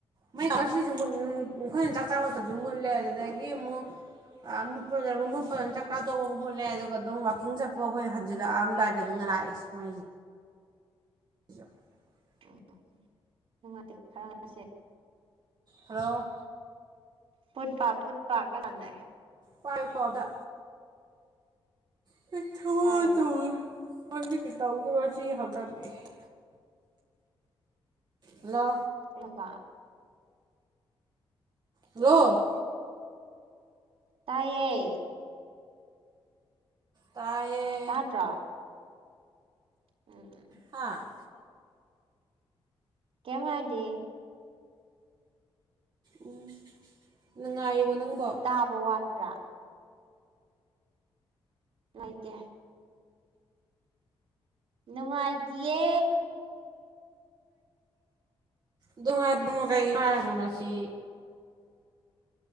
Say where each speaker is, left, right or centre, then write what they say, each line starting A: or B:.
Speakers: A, on the right; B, on the right.
A: ꯃꯩ ꯉꯁꯤꯁꯨ ꯃꯨꯠ ꯑꯩꯈꯣꯏꯅ ꯆꯥꯛ ꯆꯥꯕ ꯃꯇꯝꯁꯨ ꯃꯨꯠꯂꯦ ꯑꯗꯨꯗꯒꯤ ꯑꯃꯨꯛ ꯑꯥ ꯃꯨꯠꯄꯗꯨꯅ ꯃꯨꯠꯄꯗꯨꯅ ꯆꯥꯛꯆꯥ ꯇꯣꯛꯑꯕꯨꯛ ꯃꯨꯠꯂꯦ ꯑꯗꯨꯒ ꯑꯗꯨꯝ ꯋꯥꯛꯀꯤꯡ ꯆꯠꯄ ꯑꯩꯈꯣꯏ ꯍꯟꯖꯤꯜꯂꯛꯑꯝꯗꯥꯏꯗꯅ‌ꯦꯉꯥ ꯂꯥꯛꯏꯁꯦ ꯃꯩꯁꯦ <unintelligible>
B: <unintelligible>
A: ꯍꯂꯣ
B: ꯄꯨꯠ ꯄꯥꯠ ꯄꯨꯠ ꯄꯥꯠ ꯈꯔ ꯁꯥꯅꯩ
A: ꯄꯥꯏꯌꯨꯀꯣ ꯑꯝꯇ <unintelligible>
B: ꯄꯥꯏꯒꯦ ꯄꯥꯏꯒꯦ
A: ꯍꯂꯣ
B: ꯀꯧꯍꯕꯥ
A: ꯍꯜꯂꯣ
B: ꯇꯥꯏꯌꯦ
A: ꯇꯥꯏꯌꯦ
B: ꯇꯥꯗ꯭ꯔꯣ ꯎꯝ ꯎꯝ
A: ꯍꯥꯥ
B: ꯀꯩꯏꯝ ꯍꯥꯏꯗꯦꯍꯦ
A: ꯎꯝ ꯅꯨꯡꯉꯥꯏꯔꯤꯕꯣ ꯅꯪꯕꯣ
B: ꯇꯥꯕ ꯋꯥꯠꯄ꯭ꯔꯥ ꯅꯨꯡꯥꯏꯇꯦ ꯅꯨꯡꯉꯥꯏꯇꯤꯌꯦ꯫
A: ꯅꯨꯡꯉꯥꯏꯤꯌꯦ ꯑꯗꯣ ꯉꯥꯏꯈꯣ ꯀꯩꯒꯤꯅꯣ ꯍꯥꯏꯔꯒ ꯃꯁꯤ